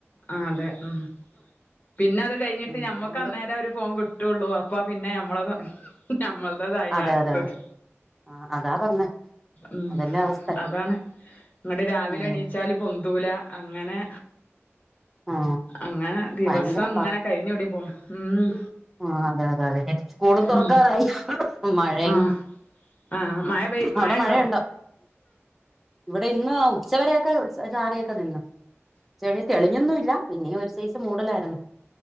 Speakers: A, on the left; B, in the centre.
A: ആഹ് അതെ ഉം പിന്നെ അത് കഴിഞ്ഞിട്ട്
B: ഉം
A: ഞമ്മക്ക്
B: അതുകൊണ്ട്
A: അന്നേരം ഒരു ഫോൺ കി ട്ടൂള്ളൂ അപ്പം പിന്നെ ഞമ്മള് ഞമ്മളതായി
B: അതെ
A: അടുത്തത്
B: അതെ അതെ ആ അതാ പറഞ്ഞെ
A: ഉം
B: അതല്ലേ അവസ്ഥ
A: അതാണ് എന്നിട്ട് രാവിലെ
B: ഉം
A: എണീച്ചാലും പൊന്തൂല അങ്ങനെ
B: ആ
A: അങ്ങനെ ദിവസം
B: ഭയങ്കര
A: അങ്ങനെ കഴിഞ്ഞ് കൂടി പോണ് ഉം
B: ആഹ് അതെ അതെ അതെ സ്കൂളും തുറക്കാറായി
A: ഉം
B: മഴയും
A: ആഹ് ആഹ് മഴ പെയ് മഴ
B: അവിടെ മഴയുണ്ടോ
A: ഇണ്ടോ
B: ഇവിടെ ഇന്ന് ഉച്ച വരയൊക്കെ ചാറിയൊക്കെ നിന്ന് പക്ഷേ ഇന്ന് തെളിഞ്ഞൊന്നും ഇല്ല പിന്നെ ഈ ഒരു സൈസ് മൂടലായിരുന്നു